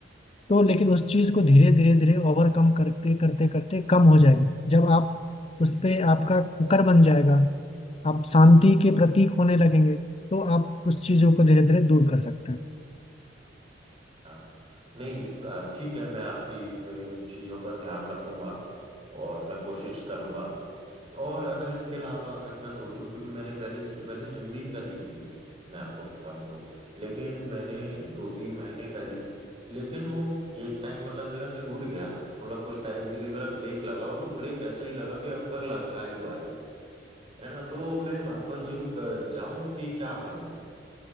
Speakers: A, on the left; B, on the right.
A: तो लेकिन उस चीज को धीरे धीरे धीरे ओवरकम करते करते करते कम हो जाएगी जब आप उस पे आपका कुकर बन जाएगा आप शांति के प्रतीक होने लगेंगे तो आप उस चीजों को धीरे धीरे दूर कर सकते हैं
B: हाँ नहीं अ, ठीक है मैं आपकी इन चीज़ों पर ध्यान रखूंगा और मैं कोशिश करूंगा और अगर इसके अलावा अगर मैं सोचूं क्योंकि मैंने पहले इससे पहले जिम भी करी थी मैं आपको बताऊं तो लेकिन मैंने दो तीन महीने करी लेकिन वो एक टाइम मतलब मेरा छूट गया मतलब कुछ टाइम के लिए मेरा ब्रेक लगा और वो ब्रेक ऐसा ही लगा कि अब तक लगा ही हुआ है है ना तो मैं वापस जिम कर जाऊं कि क्या करूं